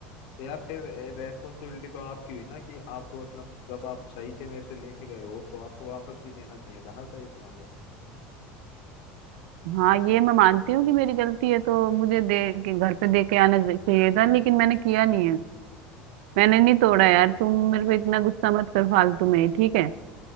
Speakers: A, on the left; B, on the right.
A: तो यार फिर रेस्पॉन्सिबिलिटी तो आपकी हुई ना कि आपको मतलब जब आप सही से मेरे से लेके गए हो तो आपको वापस भी देना चाहिए था ना सही सलामत
B: हाँ ये मैं मानती हूँ कि मेरी गलती है तो मुझे दे के घर पे दे के आना चाहिए था लेकिन मैंने किया नहीं है मैंने नहीं तोड़ा यार तुम मेरे पे इतना गुस्सा मत कर फालतू में ठीक है